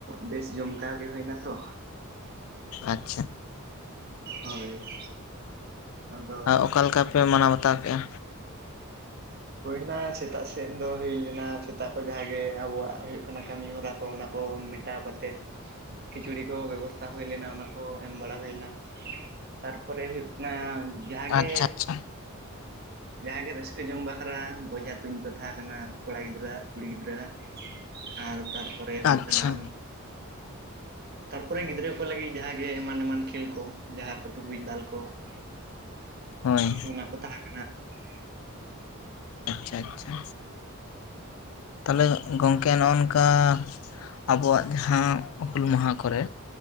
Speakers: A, on the right; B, on the left.
A: ᱵᱮᱥ ᱡᱚᱢᱠᱟᱣ ᱜᱮ ᱦᱩᱭᱱᱟᱛᱚ᱾
B: ᱟᱪᱪᱷᱟ᱾
A: ᱦᱳᱭ᱾ ᱟᱫᱚ
B: ᱟᱨ ᱚᱠᱟ ᱞᱮᱠᱟ ᱯᱮ ᱢᱟᱱᱟᱣ ᱵᱟᱛᱟᱣ ᱠᱮᱜ-ᱟ?
A: ᱦᱩᱭᱳᱭᱱᱟ ᱥᱮᱛᱟᱜ ᱥᱮᱫ ᱫᱚ ᱦᱩᱭ ᱞᱮᱱᱟ ᱥᱮᱛᱟᱜ ᱠᱚ ᱡᱟᱦᱟᱸᱜ ᱜᱮ ᱟᱵᱚᱣᱟᱜ ᱦᱩᱭᱩᱜ ᱠᱟᱱᱟ ᱠᱟᱹᱢᱤ ᱦᱚᱨᱟ ᱠᱚ ᱚᱱᱟ ᱠᱚ᱾ ᱠᱷᱟᱴᱟᱣ ᱠᱟᱛᱮᱫ ᱠᱷᱤᱪᱩᱲᱤ ᱠᱚ ᱵᱮᱵᱚᱥᱛᱟ ᱦᱩᱭ ᱞᱮᱱᱟ ᱚᱱᱟ ᱠᱚ ᱮᱢ ᱵᱟᱲᱟ ᱦᱩᱭᱱᱟ, ᱛᱟᱨᱯᱚᱨᱮ ᱦᱩᱭᱩᱜ ᱚᱱᱟ ᱡᱟᱦᱟᱸᱮ
B: ᱟᱪᱪᱷᱟ ᱟᱪᱪᱷᱟ
A: ᱡᱟᱦᱟᱸᱜ ᱜᱮ ᱨᱟᱹᱥᱠᱟᱹ ᱡᱚᱝ ᱵᱟ ᱠᱷᱟᱨᱟ ᱵᱚᱡᱦᱟ ᱛᱩᱧ ᱠᱚ ᱛᱟᱦᱮᱸ ᱠᱟᱱᱟ ᱠᱚᱲᱟ ᱜᱤᱫᱽᱨᱟᱹᱣᱟᱜ ᱠᱩᱲᱤ ᱜᱤᱫᱽᱨᱟᱹᱣᱟᱜ, ᱟᱨ ᱛᱟᱨ ᱯᱚᱨᱮ ᱦᱩᱭᱩᱜ
B: ᱟᱪᱪᱷᱟ
A: ᱠᱟᱱᱟ ᱛᱟᱨᱯᱚᱨᱮ ᱜᱤᱫᱽᱨᱟᱹ ᱠᱚ ᱞᱟᱹᱜᱤᱫ ᱡᱟᱦᱟᱸᱜ ᱜᱮ ᱮᱢᱟᱱ ᱮᱢᱟᱱ ᱠᱷᱮᱞ ᱠᱚ ᱡᱟᱦᱟᱸ ᱠᱚ ᱴᱩᱠᱩᱡ ᱫᱟᱞ ᱠᱚ᱾ <unintelligible>
B: ᱦᱳᱭ᱾
A: ᱚᱱᱟ ᱠᱚ ᱛᱟᱦᱮᱸ ᱠᱟᱱᱟ ᱟᱨᱠᱤ ᱾
B: ᱟᱪᱪᱷᱟ ᱟᱪᱪᱷᱟ, ᱛᱟᱦᱚᱞᱮ ᱜᱚᱝᱠ ᱜᱚᱢᱠᱮ ᱱᱚᱜᱝᱠᱟ ᱟᱵᱚᱣᱟᱜ ᱡᱟᱦᱟᱸ ᱦᱩᱞ ᱢᱟᱦᱟ ᱠᱚᱨᱮ